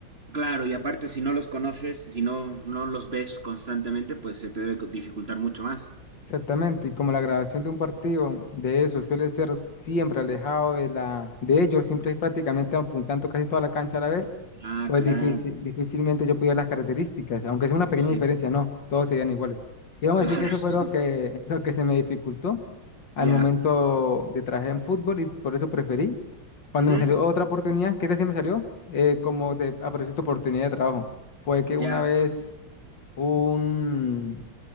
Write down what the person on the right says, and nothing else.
Claro, y aparte si no los conoces, si no, no los ves constantemente, pues se te debe co- dificultar mucho más.
Ah,
claro,
lógico.
Claro.
<laughs>
Ya.
Ujú,
Ya.